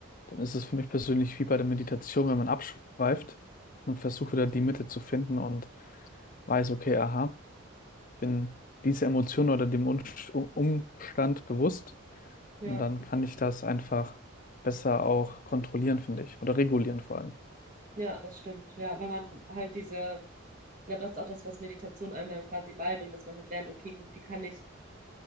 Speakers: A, on the left; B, on the right.
A: Dann ist es für mich persönlich wie bei der Meditation, wenn man abschweift und versucht wieder die Mitte zu finden und weiß, okay, aha, ich bin dieser Emotion oder dem Un- Umstand bewusst
B: Ja,
A: und dann kann ich das einfach besser auch kontrollieren, finde ich, oder regulieren vor allem.
B: ja, das stimmt. Ja, wenn man halt diese, ich glaube, das ist auch das, was Meditation einem dann quasi beibringt, dass man halt lernt, okay, gut, wie kann ich